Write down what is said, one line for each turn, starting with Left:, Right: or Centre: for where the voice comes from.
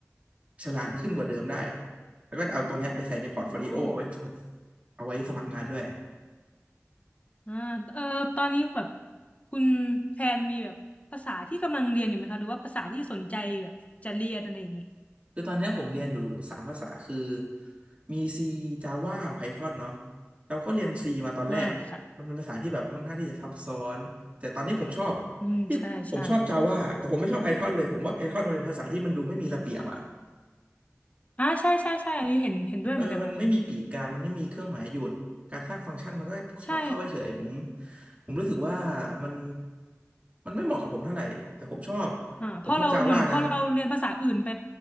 Right: ฉลาดขึ้นกว่าเดิมได้แล้วก็เอาตรงเนี้ยไปใส่ในพอร์ตโฟลิโอเอาไว้ฝึก
Left: โอ้
Right: เอาไว้สมัครงานด้วย
Left: อ่าเออตอนนี้แบบคุณแพนมีแบบภาษาที่กำลังเรียนอยู่ไหมคะหรือว่าภาษาที่สนใจแบบจะเรียนอะไรอย่างงี้
Right: คือตอนเนี้ยผมเรียนอยู่สามภาษาคือมี C Java Python เนาะเราก็เรียน C มาตอนแรกมันเป็นภาษาที่แบบค่อนข้างที่จะซับซ้อนแต่ตอนนี้ผมชอบ
Left: อ่าค่ะอืมใช่ใช่
Right: ที่ผมชอบ Java แต่ผมไม่ชอบ Python เลยผมว่า Python มันเป็นภาษาที่มันดูไม่มีระเบียบอะ
Left: อ่าใช่ใช่ใช่อันนี้เห็นเห็นด้วยเหมือนกันค่ะแบบ
Right: เออมันไม่มีปีกกามันไม่มีเครื่องหมายหยุดการสร้างฟังก์ชันมันก็แค่เคาะเข้าเฉยๆผม
Left: ใช่
Right: ผมรู้สึกว่ามันมันไม่เหมาะกับผมเท่าไหร่แต่ผมชอบ
Left: อ่าพอเราเหมือนพอเราเรียนภาษาอื่นไป
Right: ผมชอบ Java นะ